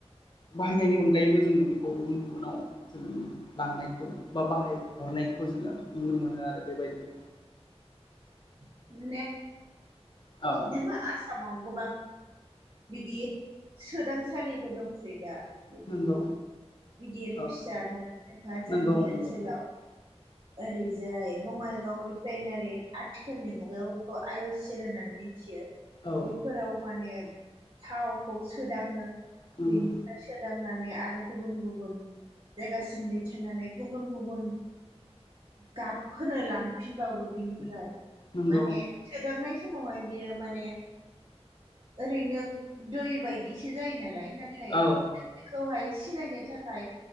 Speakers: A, on the left (about 45°); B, on the right (about 50°).
A: बाहायनायनि अनगायैबो जोङो बेखौ गुबुन गुबुनाव जों लांनायखौ बा बाहाय हरनायखौ जोङो नुनो मोनो आरो बेबायदि
B: <unintelligible>
A: औ
B: जोंहा आसामाव गोबां बिदि सोदांसालिबो दंसै दा। बिदि
A: नंगौ
B: गिदिर
A: औ
B: फिसानो खायफा जोंनि
A: नंगौ नंगौ
B: ओनसोलाव ओरैजाय बङाइगाव रिफाइनारि आथिखालनि मुगायाव बेखौ आइ अ सि एल होननानै मिथियो।
A: औ
B: बेफोराव माने थावखौ सोदाङो
A: नंगौ
B: बेनिफ्राय सोद दांनानै आरो गुबुन गुबुन जायगासिम दैथायनानै गुबुन गुबुन गाब होनो लांफिनबावो बेनिफ्राय
A: नंगौ
B: माने सोदांनाय समावहाय बियो माने ओरैनो दै बायदिसो जायो नालाय नाथाय
A: औ
B: बेखौहाय सिनायनो थाखाय